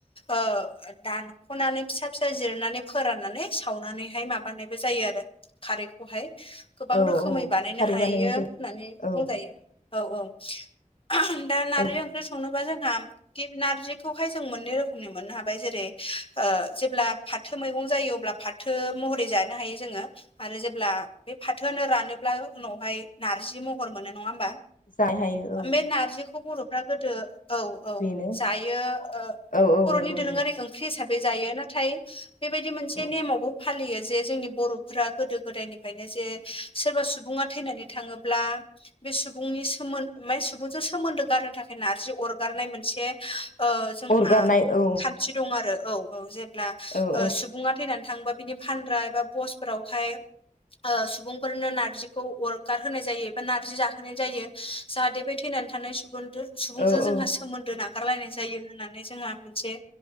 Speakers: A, on the left; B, on the left.
A: ओ दानख'नानै फिसा फिसा जिरनानै फोराननानै सावनानै बेहाय माबानायबो जायो आरो खारैखौहाय गोबां
B: औ
A: रोखोमै
B: औ
A: बानायनो
B: खारै
A: हायो
B: बानायनाय
A: होननानै
B: जायो औ
A: बुंजायो औ औ ओह दा नारजि
B: औ
A: ओंख्रि संनोबा जोंहा गि नारजिखौहाय जों मोननै रोखोमनि मोननो हाबाय जेरै ओ जेब्ला फाथो मैगं जायो अब्ला फाथो थो महरै जानो हायो जोङो आरो जेब्ला बे फाथोआनो रानोब्ला उनावहाय नारजि महर मोनो नङा होमबा?
B: जानो हायो औ
A: उम बे नारजिखौ बर'फ्रा गोदो औ औ
B: बेनो
A: जायो ओ
B: औ औ
A: बर'नि
B: नंगौ
A: दोरोंआरि
B: नंगौ
A: ओंख्रि हिसाबै जायो नाथाय हो बेबायदि मोनसे
B: औ
A: नेम आवबो फालियो जे जोंनि बर'फोरा गोदो गोदायनिफायनो जे सोरबा सुबुङा थैनानै थाङोब्ला बे सुबुंनि सोमोन बे सुबुंजों सोमोन्दो गारहोनो थाखाय नारजि अरगारनाय मोनसे ओ जोंहा
B: अरगारनाय औ
A: खान्थि दं आरो औ औ जेब्ला
B: औ
A: ओ
B: औ
A: सुबुंआ थैनानै थांओबा बिनि फानग्रा एबा बसफोरावहाय ओ सुबुंफोरनो नारजिखौ अरगार होनोनाय जायो बा नारजि जाहोनाय जायो जाहाथे बे थैनानै थानाय सुबुं सुबुंजों
B: औ
A: जोंहा
B: औ
A: सोमोन्दो नागा गारलायनाय जायो होननानै जोंहा मोनसे